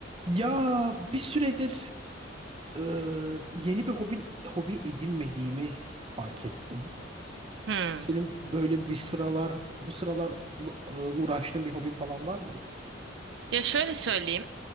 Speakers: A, on the right; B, on the right.
A: Ya bir süredir e, yeni bir hobi, hobi edinmediğimi fark ettim.
B: Hmm.
A: Senin böyle bu sıralar bu sıralar e, uğraştığın bir hobin falan var mı böyle?
B: Ya şöyle söyleyeyim.